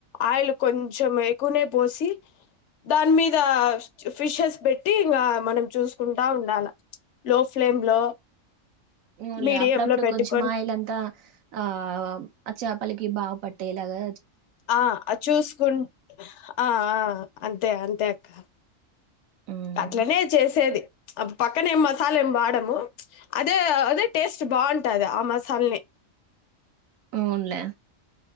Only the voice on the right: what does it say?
ఉనులే
అప్పుడప్పుడు
కొంచెం ఆయిల్ అంత ఆ చాపలకి బాగా పట్టు ట్టే లాగా
ఉమ్
అవునులే